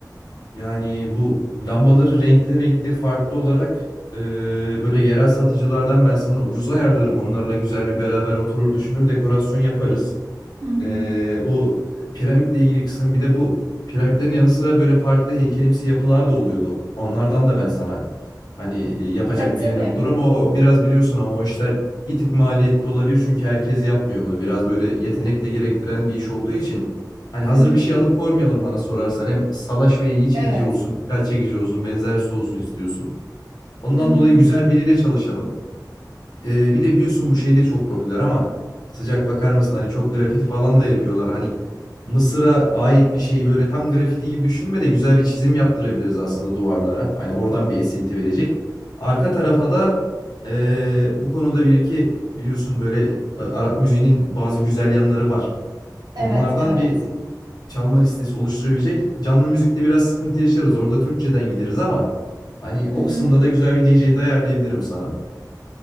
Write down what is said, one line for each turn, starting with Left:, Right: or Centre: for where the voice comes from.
Left: Yani bu lambaları renkli renkli farklı olarak e, böyle yerel satıcılardan ben sana ucuza ayarlarım. Onlarla güzel bir beraber oturur düşünür dekorasyon yaparız.
Right: Hı hı.
Left: Ee, bu piramitle ilgili kısım bir de bu piramitlerin yanı sıra böyle farklı heykelimsi yapılar da oluyordu. Onlardan da ben sana hani e, yapacak
Right: Tabii tabii.
Left: birini bulur ama o biraz biliyorsun ama o işler bir tık maliyetli olabilir çünkü herkes yapmıyor bunu. Biraz böyle yetenek de gerektiren bir iş olduğu için hani hazır
Right: Hı hı.
Left: bir şey alıp koymayalım bana sorarsan hem salaş ve ilgi çekici
Right: Evet.
Left: olsun, dikkat çekici olsun, benzersiz olsun istiyorsun. Ondan
Right: Hı hı.
Left: dolayı güzel biriyle çalışalım. Ee, bir de biliyorsun bu şey de çok popüler ama sıcak bakar mısın hani çok grafiti falan da yapıyorlar. Hani Mısır'a ait bir şeyi böyle tam grafiti gibi düşünme de güzel bir çizim yaptırabiliriz aslında duvarlara. Hani oradan bir esinti verecek. Arka tarafa da ee, bu konuda bir iki biliyorsun böyle e, Arap müziğinin bazı güzel yanları var.
Right: Evet,
Left: Onlardan
Right: evet.
Left: bir çalma listesi oluşturabilecek. Canlı müzikte biraz sıkıntı yaşarız. Orada Türkçeden gideriz ama hani
Right: Hı
Left: o
Right: hı.
Left: kısımda da güzel bir DJ de ayarlayabilirim sana.